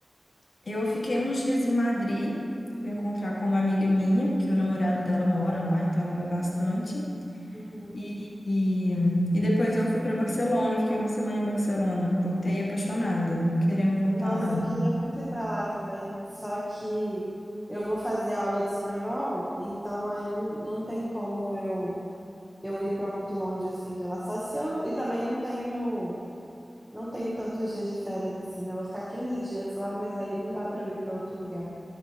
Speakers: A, on the left; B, in the centre.
A: Eu fiquei uns dias em Madrid, fui encontrar com uma amiga minha, que o namorado dela mora lá, então ela vai bastante.
B: Uhum.
A: E, e, e depois eu fui para Barcelona, fiquei uma semana em Barcelona. Voltei apaixonada, querendo voltar,
B: Nossa,
A: não.
B: eu queria muito ir para lá também, só que eu vou fazer aula de espanhol, então aí não, não tem como eu eu ir para muito longe assim de lá. Só se eu e também não tenho não tenho tantos dias de férias assim, né? Eu vou ficar 15 dias lá, mas aí não dá para eu ir para outro lugar.